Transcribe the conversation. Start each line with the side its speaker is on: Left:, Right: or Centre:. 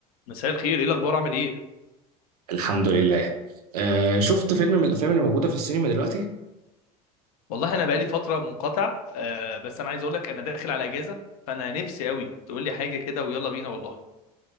Left: مساء الخير ايه الاخبار عامل ايه
Right: الحمد لله آه شفت فيلم من الافلام اللي موجوده في السينما دلوقتي
Left: والله انا بقالي فتره منقطع آه بس انا عايز اقول لك انا داخل على اجازه فانا نفسي قوي تقول لي حاجه كده ويلا بينا والله